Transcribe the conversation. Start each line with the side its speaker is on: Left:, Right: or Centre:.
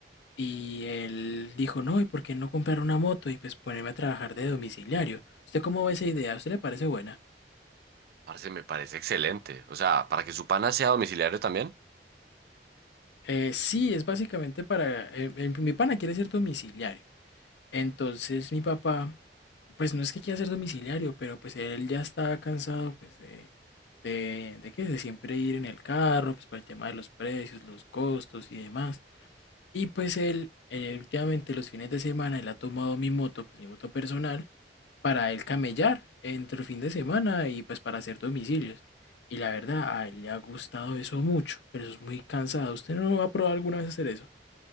Left: y él dijo, no, ¿y por qué no comprar una moto y pues ponerme a trabajar de domiciliario? ¿Usted cómo ve esa idea? ¿A usted le parece buena?
Right: Parce, me parece excelente. O sea, para que su pana sea domiciliario también.
Left: Eh, sí, es básicamente para... eh, eh, mi pana quiere ser domiciliario. Entonces mi papá, pues no es que quiera ser domiciliario, pero pues él ya está cansado pues de, de, de que de siempre ir en el carro, pues para el tema de los precios, los costos y demás. Y pues él, eh, últimamente los fines de semana, él ha tomado mi moto, pues mi moto personal, para él camellar entre el fin de semana y pues para hacer domicilios. Y la verdad, a él le ha gustado eso mucho, pero eso es muy cansado. ¿Usted no va a probar alguna vez hacer eso?